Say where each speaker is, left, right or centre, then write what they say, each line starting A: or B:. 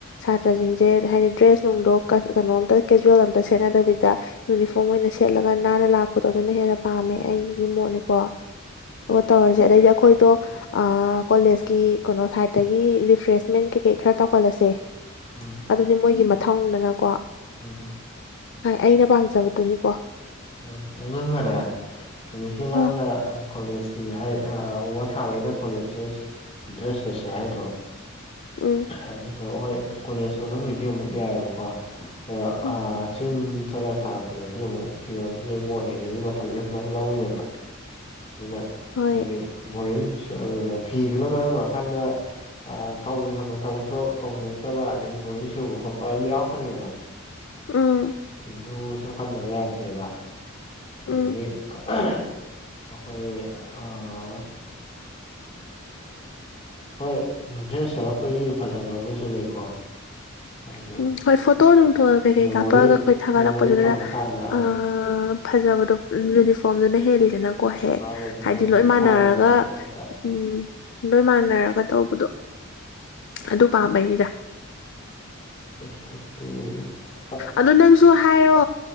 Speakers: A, on the left; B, on the left.
A: ꯁꯥꯇ꯭ꯔꯁꯤꯡꯁꯦ ꯍꯥꯏꯗꯤ ꯗ꯭ꯔꯦꯁ ꯅꯨꯡꯗꯣ ꯀꯩꯅꯣꯝꯇ ꯀꯦꯖꯨꯋꯦꯜ ꯑꯝꯇ ꯁꯦꯠꯅꯗꯕꯤꯗ꯫ ꯌꯨꯅꯤꯐꯣꯝ ꯑꯣꯏꯅ ꯁꯦꯠꯂꯒ ꯅꯥꯟꯅ ꯂꯥꯛꯄꯗꯣ ꯑꯗꯨꯅ ꯍꯦꯟꯅ ꯄꯥꯝꯃꯦ ꯑꯩꯒꯤ ꯃꯣꯠꯅꯤꯀꯣ꯫ ꯑꯣ ꯇꯧꯔꯖꯦ ꯑꯗꯩꯗꯤ ꯑꯩꯈꯣꯏꯗꯣ꯫ ꯑꯥ ꯀꯣꯂꯦꯖꯀꯤ ꯀꯩꯅꯣ ꯁꯥꯏꯠꯇꯒꯤ ꯔꯤꯐ꯭ꯔꯦꯁꯃꯦꯟ ꯀꯩꯀꯩ ꯈꯔ ꯇꯧꯍꯜꯂꯁꯦ꯫
B: ꯍꯣꯢ
A: ꯑꯗꯨꯗꯤ ꯃꯣꯏꯒꯤ ꯃꯊꯧꯅꯤꯗꯅꯀꯣ꯫
B: ꯎꯝ꯫
A: ꯍꯥꯏ ꯑꯩꯅ ꯄꯥꯝꯖꯕꯗꯨꯅꯤꯀꯣ꯫
B: ꯑꯣ ꯑꯗꯨꯒꯅꯦ ꯍꯧꯖꯤꯛꯀꯤ ꯅꯪꯅ
A: ꯑ
B: ꯀꯣꯂꯦꯖ꯫ ꯁꯤ ꯍꯥꯏ ꯑꯥ ꯎꯨ ꯋꯥ ꯊꯥꯕꯩꯩꯗꯣ ꯀꯣꯂꯦꯖ ꯗ꯭ꯔꯦꯁ ꯁꯦꯠꯁꯦ ꯍꯥꯏꯗꯣ꯫
A: ꯎꯝ
B: ꯑꯗꯨꯗꯣ ꯍꯣꯏ ꯀꯣꯂꯦꯖ ꯃꯅꯨꯡꯒꯤꯗꯤ ꯑꯃꯨꯛ ꯌꯥꯏꯑꯦꯕꯀꯣ꯫
A: ꯎꯝ
B: ꯑꯥ ꯆꯤꯡ ꯆꯠꯂ ꯊꯥꯔꯛꯄꯗꯗꯤ ꯑꯃꯨꯛ꯫ ꯐꯤꯔꯣꯜꯁꯨ ꯂꯣꯏ ꯃꯣꯠꯅꯤ ꯑꯗꯒꯤ ꯃꯇꯝꯁꯨ ꯈꯤꯇꯪ ꯂꯧꯅꯦꯕ ꯑꯗꯨꯅ
A: ꯍꯣꯏ
B: ꯍꯥꯏꯗꯤ꯫ ꯕꯣꯔꯤꯡ ꯐꯤꯗꯨꯅ ꯃꯔꯝ ꯑꯣꯏꯔꯀꯥꯟꯗ꯫ ꯑꯥ ꯇꯧꯒꯦ ꯈꯟꯕ ꯊꯕꯛꯇꯣ ꯇꯧꯅꯤꯡꯉꯛꯇꯕ ꯑꯗꯒꯤ ꯕꯣꯔꯤꯡ ꯆꯨꯕ ꯈꯣꯠꯄ ꯑꯗꯨꯝ ꯌꯥꯎꯔꯛꯀꯅꯤꯅ꯫
A: ꯎꯝ꯫
B: ꯑꯗꯨꯁꯨ ꯈꯟꯗꯕ ꯌꯥꯗꯦꯕ꯫ ꯑꯗꯒꯤ
A: ꯎꯝ
B: ꯑꯩꯈꯣꯏ ꯑꯥ ꯍꯣꯏ ꯗ꯭ꯔꯦꯁ ꯁꯦꯠꯂꯛꯄꯒꯤ ꯐꯖꯕ ꯑꯃꯁꯨ ꯂꯩꯀꯣ꯫ ꯍꯥꯏꯗꯤ
A: ꯎꯝ ꯍꯣꯏ ꯐꯣꯇꯣ ꯅꯨꯡꯇꯣ ꯀꯩꯀꯩ
B: ꯃꯦꯃꯣꯔꯤ
A: ꯀꯥꯞꯄꯛ ꯑꯒ ꯑꯩꯈꯣꯏ ꯊꯥꯒꯠꯂꯛꯄꯗꯨꯗ
B: ꯃꯦꯃꯣꯔꯤ ꯊꯝꯕ ꯀꯥꯟꯗ
A: ꯑꯥ ꯐꯖꯕꯗꯣ ꯌꯨꯅꯤꯐꯣꯝꯗꯨꯅ ꯍꯦꯜꯂꯤꯗꯅꯀꯣ ꯍꯦꯛ
B: ꯃꯥꯅꯦ
A: ꯍꯥꯏꯗꯤ
B: ꯀꯣꯂꯦꯖꯀꯤ
A: ꯂꯣꯏ
B: ꯃꯈꯥꯗꯅꯦ
A: ꯃꯥꯟꯅꯔꯒ꯫
B: ꯍꯥꯏꯕ ꯄꯣꯠꯇ
A: ꯎꯝ ꯂꯣꯏ ꯃꯥꯟꯅꯔꯒ ꯇꯧꯕꯗꯣ ꯑꯗꯨ ꯄꯥꯝꯕꯩꯅꯤꯗ꯫
B: <unintelligible> ꯎꯝ ꯎꯝ
A: ꯑꯗꯨ ꯅꯪꯁꯨ ꯍꯥꯏꯔꯣ